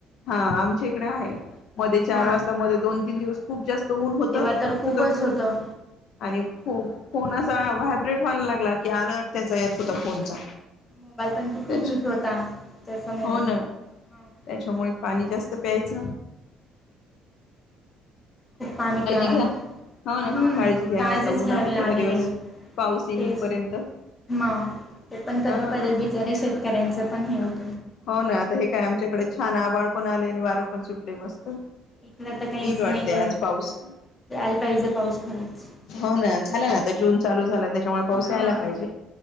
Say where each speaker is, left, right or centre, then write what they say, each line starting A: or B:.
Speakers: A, on the left; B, on the left.
A: हा आमच्या इकडे आहे मधे चार
B: हा
A: वाजता मध्ये दोन तीन दिवस खूप जास् त ऊन होत,
B: तेव्हा
A: त
B: तर खूपच
A: त
B: होतं
A: आणि हो फोन असा व्हायब्रेट व्हायला लागला की, आलर्ट त्याचा येत होता फोनचा
B: मोबाईल पण किती
A: त्याच
B: यूज होता त्याच्यामुळे,
A: हो ना
B: हा
A: त्याच्यामुळे पाणी जास्त प्यायच.
B: खूप पाणी प्या,
A: घ्या हो ना
B: हम्म
A: काळजी घ्या
B: ताजीच
A: आता ऊन
B: घ्यावी
A: आहे
B: लागेल
A: थोडा दिवस
B: ये
A: पाऊस येईलपर्यंत
B: तेच म ते पण कधी
A: हा
B: पडेल बिचारे शेतकऱ्यांचं पण हे होत
A: हो ना आता हे काय आमच्याकडे छान आबाळ पण आले आणि वारं पण सुट लई मस त
B: इकडं तर काहीच
A: येईल वाटते
B: नाही आहे
A: आज पाऊस,
B: यायला पाहिजे पाऊस खरंच
A: हो ना झाला ना आता जून चालू झाला त्याच्यामुळे पाऊस
B: हां
A: यायला पाहिजे,